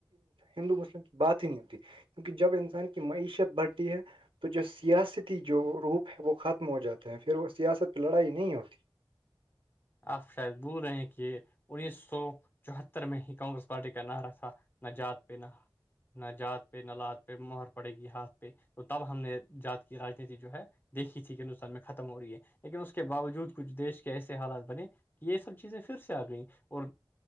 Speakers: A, on the right (about 80°); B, on the left (about 25°).
A: ہندو مسلم کی بات ہی نہیں ہوتی کیونکہ جب انسان کی معیشت بڑھتی ہے تو جو سیاستی جو روپ ہے وہ ختم ہو جاتے ہیں پھر وہ سیاست پہ لڑائی نہیں ہوتی
B: آپ شاید بول رہے ہیں کہ انیس سو چوہتر میں ہی کانگریس پارٹی کا نہ رہکھا نہ جات پہ نہ نہ جات پہ نہ لات پہ مہر پڑے گی ہاتھ پہ تو تب ہم نے جات کی رانیتی جو ہے دیکھی تھی کہ ہندوستان میں ختم ہو رہی ہے لیکن اس کے باوجود کچھ دیش کے ایسے حالات بنے کہ یہ سب چیزیں پھر سے آ گئیں اور